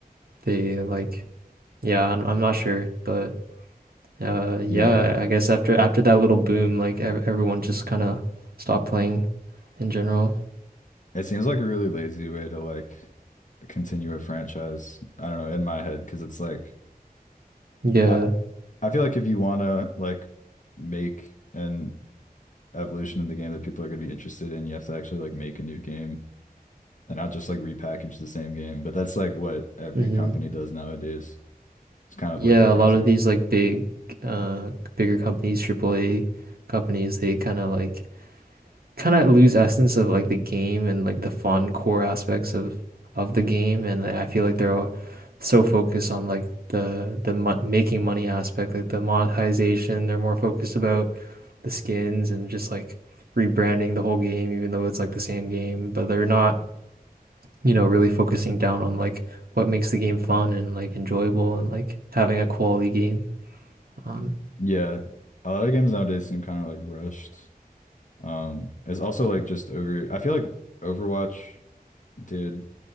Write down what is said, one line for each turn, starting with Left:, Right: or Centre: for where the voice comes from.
Right: they like yeah, I'm I'm not sure, but uh yeah,
Left: Yeah,
Right: I guess after after that little boom like ev everyone just kind of stopped playing in general.
Left: it seems like a really lazy way to like continue a franchise. I don't know, in my head, because it's like
Right: Yeah.
Left: I I feel like if you want to like make an evolution in the game that people are going to be interested in, you have to actually like make a new game and not just like repackage the same game. But that's like what every
Right: hmm
Left: company does nowadays. It's kind of
Right: Yeah,
Left: like depressing.
Right: a lot of these like big uh bigger companies, AAA companies, they kind of like kind of lose essence of like the game and like the fun core aspects of of the game and like, I feel like they're all so focused on like the the mon making money aspect like the monetization they're more focused about the skins and just like rebranding the whole game even though it's like the same game but they're not you know really focusing down on like what makes the game fun and like enjoyable and like having a quality game um
Left: Yeah, a lot of games nowadays seem kind of like rushed. Um, it's also like just over, I feel like Overwatch did